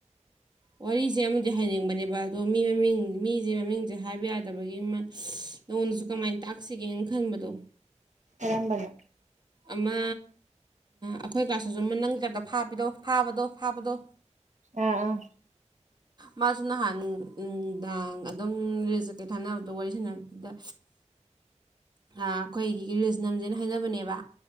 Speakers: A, on the right (about 35°); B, on the right (about 75°).
A: ꯋꯥꯔꯤꯁꯦ ꯑꯃꯗꯤ ꯍꯥꯏꯅꯤꯡꯕꯅꯦꯕ ꯑꯗꯣ ꯃꯤ ꯃꯃꯤꯡ ꯃꯤꯁꯦ ꯃꯃꯤꯡꯁꯦ ꯍꯥꯏꯕ ꯌꯥꯗꯕꯒꯤ ꯑꯃ ꯅꯉꯣꯟꯗꯁꯨ ꯀꯃꯥꯏꯅ ꯇꯥꯛꯁꯤꯒꯦꯅ ꯈꯟꯕꯗꯣ
B: ꯝꯕꯅꯤ
A: ꯑꯃ ꯑꯩꯈꯣꯏ ꯀꯥꯁꯤꯁꯨ ꯑꯃ ꯅꯪ ꯆꯇ ꯐꯥꯕꯤꯗꯣ ꯐꯥꯕꯗꯣ ꯐꯥꯕꯗꯣ
B: ꯑꯥ ꯑꯥ
A: ꯃꯥꯁꯨ ꯅꯍꯥꯟꯗꯥꯡ ꯑꯗꯨꯝ ꯔꯤꯜ ꯆꯠꯀꯩ ꯊꯥꯅꯕꯗꯣ ꯋꯥꯔꯤ ꯁꯥꯟꯅꯕꯗꯨꯗ ꯑꯩꯈꯣꯏꯒꯤ ꯔꯤꯖꯅꯝꯁꯦꯅ ꯍꯥꯏꯅꯕꯅꯦꯕ